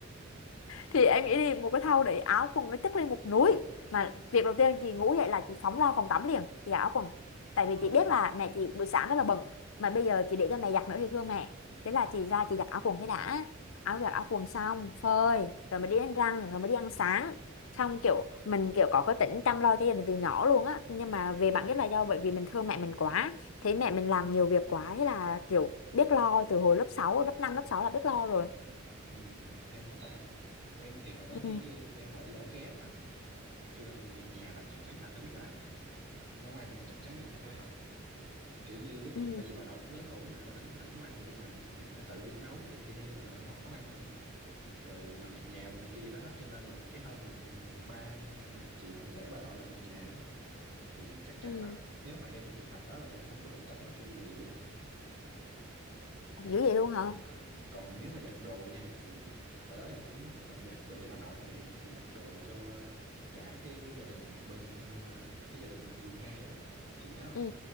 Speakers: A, on the left (about 70°); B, on the right (about 65°).
A: thì em nghĩ đi một cái thau để áo quần nó chất lên một núi mà việc đầu tiên chị ngủ dậy là chị phóng ra phòng tắm liền chị giặt áo quần tại
B: họ
A: vì chị biết là mẹ chị buổi sáng rất là bận mà bây giờ chị để cho mẹ giặt nữa thì thương mẹ thế là
B: ừ,
A: chị ra chị giặt áo quần cái đã áo giặt áo quần xong phơi rồi mới đi đánh răng rồi mới đi ăn sáng xong kiểu mình kiểu có cái tính chăm lo cho gia đình từ nhỏ luôn á nhưng mà về bản chất là do bởi vì mình thương mẹ mình quá thấy mẹ mình làm nhiều việc quá thế là kiểu biết lo từ hồi lớp sáu lớp năm lớp sáu là biết lo rồi
B: Ừ, em quá ta em thì hồi đó
A: ừ
B: kiểu như em ở đi ở ké mà cho nên việc nhà là chắc chắn là phải biết làm này nấu ăn là chắc chắn em cũng phải học kiểu như lúc
A: ừ
B: tại vì bà nội cũng lớn tuổi mà đâu phải lúc nào cũng nấu ăn được cho mình thì mình phải tự biết nấu thì em đi theo bà nội em học nấu ăn nè rồi làm việc nhà đồ này kia vậy đó cho nên là cái hôm mà ba nghe mà chuyện mà để bà nội làm việc nhà á, thì chắc chắn
A: ừ
B: là nếu mà em trong trường hợp đó là em không có bình tĩnh mà kêu quỳ vậy đâu đấy
A: dữ vậy luôn hả
B: à, còn nếu mà giặt đồ nha thì hồi đó em cũng ờ, giặt đồ cho bà nội này rồi giặt đồ cho cả cái gia đình bên ờ, cái gia đình ông Dương hai á chị nhớ
A: ừ
B: không